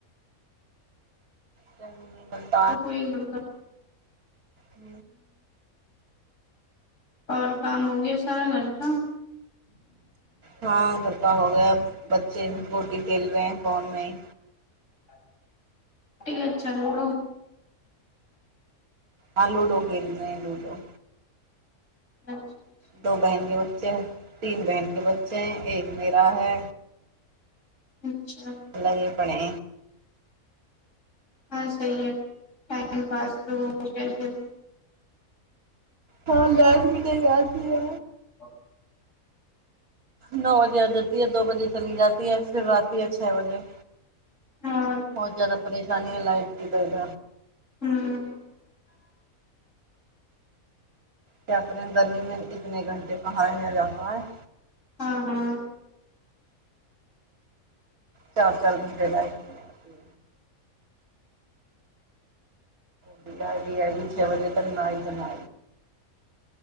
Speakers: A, on the right; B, on the left.
A: च ब त
B: तो कोई घर का
A: ह
B: आओर काम हो गय सारा घर का
A: हँ घरटा हो गया बच्चे गोटी खेल रहे है फोनमे ही
B: रटी अ चलूड़ो
A: हँ लूडो खेलने हैं लूडो
B: अच्छा अच्छा
A: दो बहन के बच्चे तीन बहन के बच्चे है एक मेरा है
B: अच्छा
A: लगे पने
B: हँ सही ह टाइम पास त कैसे ह
A: हँ लैस भी तऽ यस य
B: ओ
A: नओ बजे आ जती है दो बजे चली जाती है फिर राति य छओ बजे
B: और
A: बहुत ज्याददा परेशानी ह लाइ की करब
B: ह्म
A: क्या करे गर्मी मे इतने घंटे कहाँ ल जाता है
B: हँ हँ
A: चार चार घंटे लागक च बजे त नइ तना